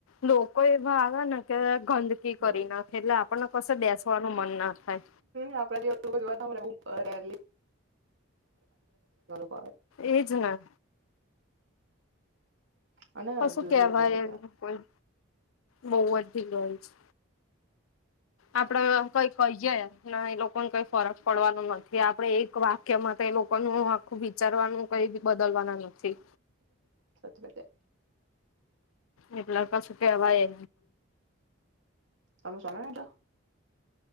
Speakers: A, on the left (about 80°); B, on the right (about 65°).
A: લોકો એવા આવે ને કે ગંદકી
B: બહુ
A: કરી નાખે એટલે આપણને બસ એ બેસવાનું મન ના થાય.
B: આપડા જેવા લોકો જોવાતો મલે રેર્લી <inaudible>
A: એજ ના
B: અને
A: કશું
B: ભીડ
A: કેવાય
B: બી એટલી હોય છે
A: એ કોઈ બહી <inaudible> હોય છે. આપડે કઈ કહીયે ના એ લોકોને કઈ ફરક પડવાનો નથી આપડણે એક વાક્યમાં તો એ લોકો ન આખું વિચારવાનું કઈ બદલવાનું નથી
B: સાચી વાત છે
A: <inaudible> એલા સુ કેવા એ
B: તમે સોગ તો